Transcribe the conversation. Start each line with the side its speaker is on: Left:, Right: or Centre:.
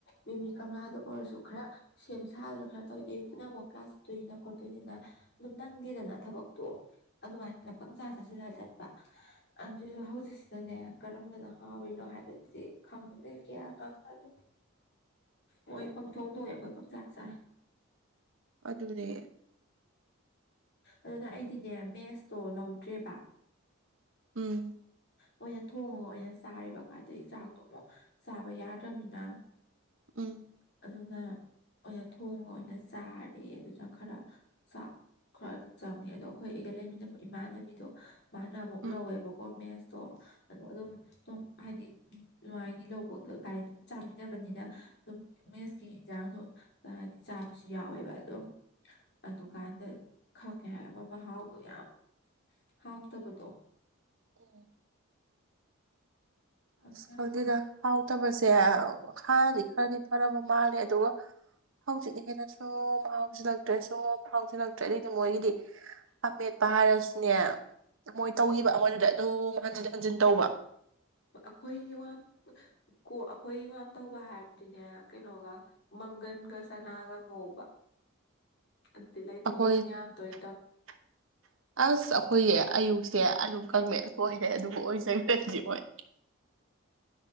Left: ꯃꯤꯃꯤ ꯀꯪꯂꯥꯗ ꯑꯣꯏꯔꯁꯨ ꯈꯔ ꯁꯦꯝ ꯁꯥꯔꯗꯨꯅ ꯈꯔ ꯇꯧꯋꯦ ꯑꯌꯨꯛꯇꯨꯅ ꯑꯃꯨꯛ ꯀ꯭ꯂꯥꯁ ꯈꯣꯠꯇꯣꯏꯅꯤꯅ ꯈꯣꯠꯇꯣꯏꯅꯤꯅ ꯑꯗꯨꯝ ꯅꯪꯗꯦꯗꯅ ꯊꯕꯛꯇꯣ ꯑꯗꯨꯃꯥꯏꯅ ꯄꯪꯆꯥ ꯆ ꯂꯤꯂꯥ ꯆꯠꯄ ꯑꯗꯨꯗ ꯍꯧꯖꯤꯛꯁꯤꯗꯅꯦ ꯀꯔꯝꯕꯅ ꯍꯥꯎꯔꯤꯅꯣ ꯍꯥꯏꯕꯗꯤ ꯈꯪꯗꯦ ꯒꯌꯥꯟꯒ ꯑꯝ ꯇꯥꯗꯦ
Right: <unintelligible>
Left: ꯃꯣꯏ ꯄꯪꯊꯣꯡ ꯊꯣꯛꯑꯦ ꯑꯩꯈꯣꯏ ꯄꯥꯛꯆꯥ ꯆꯥ
Right: ꯑꯗꯨꯅꯦ
Left: ꯑꯗꯨꯅ ꯑꯩꯗꯤꯅꯦ ꯃꯦꯁꯇꯣ ꯂꯧꯗ꯭ꯔꯦꯕ
Right: ꯎꯝ
Left: ꯑꯣꯏꯅ ꯊꯣꯡꯉꯒ ꯑꯣꯏꯅ ꯆꯥꯔꯦꯕ ꯀꯥꯏꯗꯩ ꯆꯥꯛꯇꯣ ꯑꯃꯨꯛ ꯆꯥꯕ ꯌꯥꯗ꯭ꯔꯕꯅꯤꯅ
Right: ꯎꯝ
Left: ꯑꯗꯨꯅ ꯑꯣꯏꯅ ꯊꯣꯡꯉꯒ ꯑꯣꯏꯅ ꯆꯥꯔꯦ ꯑꯗꯨꯅ ꯈꯔ ꯆꯥꯛ ꯈꯔꯗꯤ ꯆꯪꯉ ꯑꯗꯣ ꯑꯩꯈꯣꯏ ꯑꯩꯒ ꯂꯩꯃꯤꯟꯅꯕ ꯏꯃꯥꯟꯅꯕꯤꯗꯣ ꯃꯥꯅ ꯑꯃꯨꯛ
Right: ꯎꯝ
Left: ꯂꯧꯋꯦꯕ ꯀꯣ ꯃꯦꯁꯇꯣ ꯑꯗꯣ ꯑꯗꯨꯝ ꯑꯗꯨꯝ ꯍꯥꯏꯗꯤ ꯃꯒꯤ ꯂꯧꯕ ꯍꯥꯢꯗꯤ ꯑꯗꯨꯝ ꯆꯥꯃꯤꯟꯅꯕꯅꯤꯅ ꯑꯗꯨꯝ ꯃꯦꯁꯀꯤ ꯌꯦꯟꯖꯥꯡꯁꯨ ꯍꯥꯏꯗꯤ ꯆꯥꯕꯁꯤ ꯌꯥꯎꯋꯦꯕ ꯑꯗꯨꯝ ꯑꯗꯨꯀꯥꯟꯗ ꯈꯪꯉꯦ ꯍꯥꯏ ꯑꯃ ꯃꯍꯥꯎꯗꯣ ꯌꯥꯝ ꯍꯥꯎꯇꯕꯗꯣ
Right: ꯑꯣ
Left: ꯈꯪ
Right: ꯑꯁ
Left: ꯌꯥꯝ
Right: ꯈꯪꯗꯦꯗ
Left: ꯍꯥꯎ
Right: ꯍꯥꯎꯇꯕꯁꯦ ꯍꯥꯟꯅꯗꯤ ꯈꯔꯗꯤ ꯐꯔꯝꯕ ꯃꯥꯜꯂꯦ ꯑꯗꯨꯒ ꯍꯧꯖꯤꯛꯅ ꯍꯦꯟꯅ ꯁꯨꯝ ꯍꯥꯎꯁꯤꯜꯂꯛꯇ꯭ꯔꯦ ꯁꯨꯝ ꯍꯥꯎꯁꯤꯜꯂꯛꯇ꯭ꯔꯦ ꯑꯗꯨꯏꯗꯤ ꯃꯣꯏꯒꯤꯗꯤ ꯑꯃꯦꯠꯄ ꯍꯥꯏꯔꯁꯨꯅꯦ ꯃꯣꯏ ꯇꯧꯈꯤꯕ ꯃꯣꯏꯗꯨꯗ ꯑꯗꯨꯝ ꯍꯟꯖꯤꯟ ꯍꯟꯖꯤꯟ ꯇꯧꯕ
Left: ꯑꯩꯈꯣꯏꯒꯤ ꯋꯥ ꯀ ꯑꯩꯈꯣꯏ ꯏ ꯋꯥꯝ ꯇꯧꯕ ꯍꯥꯏꯔꯗꯤꯅꯦ ꯀꯩꯅꯣꯒ ꯃꯪꯒꯟꯒ ꯆꯥꯅꯥꯒ ꯉꯧꯕ
Right: <unintelligible>
Left: ꯑꯗꯨꯗꯤ ꯂꯩꯇꯦ
Right: ꯑꯩꯈꯣꯏ
Left: ꯌꯣꯡ ꯌꯥꯝ ꯇꯣꯏ ꯇꯧꯋꯤ
Right: <unintelligible> ꯑꯁ ꯑꯩꯈꯣꯏ ꯑꯌꯨꯛꯁꯦ ꯑꯗꯨꯝ ꯀꯪꯃꯦꯠ ꯑꯣꯏꯔꯦ ꯑꯗꯨꯒ ꯑꯣꯏꯖ꯭ꯔꯗꯤ ꯍꯣꯏ